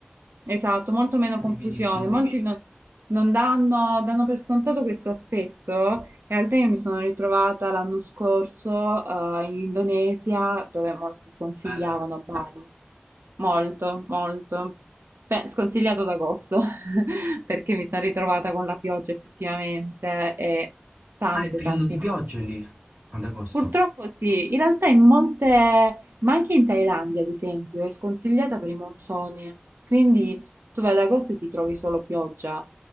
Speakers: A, on the right; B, on the right.
A: Esatto, molto meno
B: Te
A: confusione.
B: li vedi più.
A: Molti Quindi, non, non danno, danno per scontato questo aspetto. In realtà io mi sono ritrovata l'anno scorso, eh, in Indonesia, dove molti sconsigliavano
B: Bello.
A: Bali. Molto, molto. Beh, sconsigliato ad agosto, <laughs> perché mi sono ritrovata con la pioggia effettivamente e tante,
B: Ah, è periodo
A: tante
B: di piogge lì, ad agosto.
A: Purtroppo sì, in realtà in molte, ma anche in Thailandia ad esempio, è sconsigliata per i monsoni, quindi tu vai ad agosto e ti trovi solo pioggia.